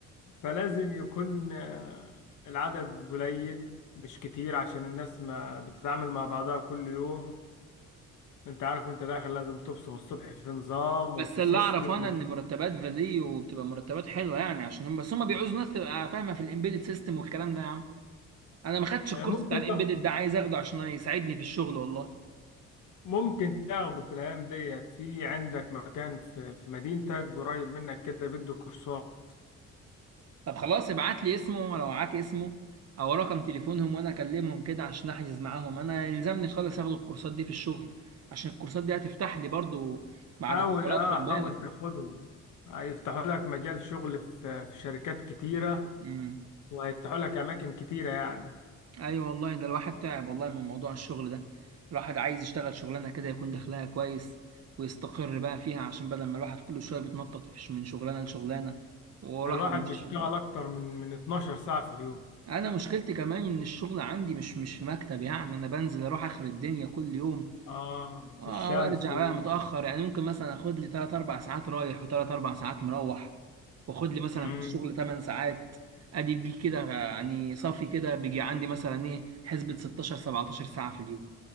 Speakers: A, on the left (about 80°); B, on the right (about 55°).
A: فلازم يكون آه، العدد قليل مش كتير عشان الناس ما بتتعامل مع بعضها كل يوم انت عارف وانت داخل لازم تبصم الصبح في نظام
B: بس
A: وفي
B: اللي
A: سيستم
B: اعرف انا ان مرتبات فاليو بتبقى مرتبات حلوه يعني عشان هم بس هم بيعوزوا ناس تبقى فاهمه في الامبيدد سيستم والكلام ده يا عم انا ما خدتش
A: آه،
B: الكورس
A: ممكن
B: بتاع الامبيدد
A: تاخد
B: ده عايز اخده عشان يساعدني في الشغل والله
A: ممكن تاخده في الايام ديت في عندك مكان في في مدينتك قريب منك كده بيدوا كورسات
B: طب خلاص ابعت لي اسمه لو معاك اسمه او رقم تليفونهم وانا اكلمهم كده عشان احجز معاهم انا يلزمني خالص اخد الكورسات دي في الشغل عشان الكورسات دي هتفتح لي برضو مع
A: حاول
B: الاتصالات
A: اه
B: خد بالك
A: حاول تاخدهم هيفتحوا لك مجال شغل في في شركات كتيرة
B: مم.
A: وهيفتحوا لك اماكن كتيرة يعني
B: ايوه والله ده الواحد تعب والله من موضوع الشغل ده الواحد عايز يشتغل شغلانه كده يكون دخلها كويس ويستقر بقى فيها عشان بدل ما الواحد كل شويه بيتنطط في- من شغلانه لشغلانه والواحد
A: ده الواحد
B: مش
A: بيشتغل اكتر من من 12 ساعة في اليوم
B: انا مشكلتي كمان ان الشغل عندي مش مش في مكتب يعني انا بنزل اروح اخر الدنيا كل يوم
A: اه
B: آه،
A: في الشمس
B: وارجع
A: و...
B: بقى متاخر يعني ممكن مثلا اخد لي 3 4 ساعات رايح و3 4 ساعات مروح واخد لي مثلا
A: مم.
B: في الشغل 8 ساعات ادي بيجي كده يعني صافي كده بيجي عندي مثلا ايه حسبة 16 17 ساعه في اليوم